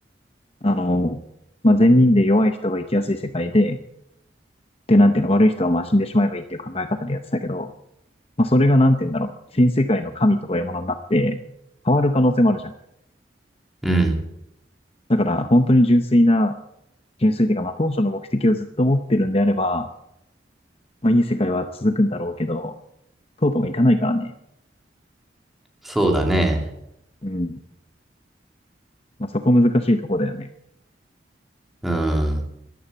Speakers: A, on the left (about 35°); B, in the centre.
A: う。あの、まあ、善人で弱い人が生きやすい世界で、で、なんていうの、悪い人はまあ死んでしまえばいいっていう考え方でやってたけど、まあ、それがなんて言うんだろう。新世界の神とかいうものになって、変わる可能性もあるじゃん。
B: うん、
A: だから、本当に純粋な、純粋というか、まあ、当初の目的をずっと持ってるんであれば、まあ、いい世界は続くんだろうけど、とうとういかないからね。
B: そうだね。
A: うん。まあ、そこ難しいとこだよね。
B: うん。